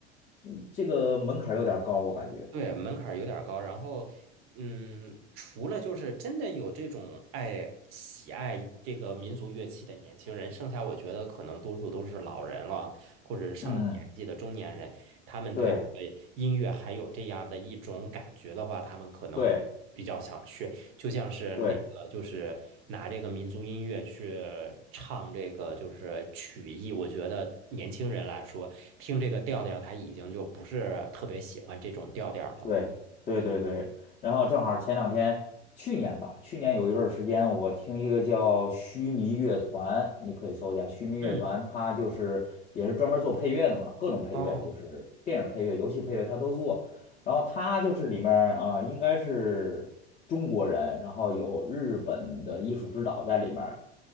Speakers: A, on the left (about 20°); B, on the right (about 40°).
A: 嗯这个门槛儿有点儿高，我感觉。
B: 对，门槛儿有点儿高，然后，嗯，除了就是真的有这种爱喜爱这个民族乐器的年轻人，剩下我觉得可能多数都是老人了，或者是上了年纪的中年人，
A: 嗯嗯，
B: 他们对呃音乐还有这样的一种感觉的话，
A: 对
B: 他们可能比较想去。
A: 对
B: 就像是那个，
A: 对。
B: 就是拿这个民族音乐去唱这个，就是曲艺。我觉得年轻人来说，听这个调调，他已经就不是特别喜欢这种调调了。
A: 对对对对，然后正好前两天，去年吧，去年有一段儿时间，我听一个叫须弥乐团，你可以搜一下须弥乐团，
B: 嗯，
A: 它就是也是专门做配乐的嘛，各种配乐，
B: 哦，
A: 就是电影配乐、游戏配乐，他都做。然后他就是里面啊、呃应该是中国人，然后有日本的艺术指导在里面儿。